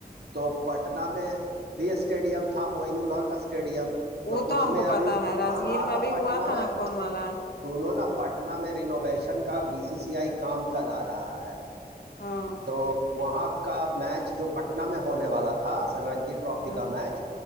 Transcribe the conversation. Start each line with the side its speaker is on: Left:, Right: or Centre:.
Right: تو پٹنہ میں بھی اسٹیڈیم تھا معین اللہ کا اسٹیڈیم تو
Left: وہ
Right: اس
Left: ہم
Right: میں
Left: کو
Right: ابھی
Left: پتا ہے راجگیر
Right: ہاں
Left: میں
Right: تھا
Left: بھی ہوا
Right: پٹنہ
Left: تھا
Right: میں
Left: نا کون والا
Right: سونوںنا اب پٹنہ میں رینوویشن کا بی س س آئی کام کرا رہا ہے
Left: ہاں
Right: تو وہاں کا میچ جو پٹنہ میں ہونے والا تھا تھا رنجیت ٹرافی
Left: ہاں
Right: کا میچ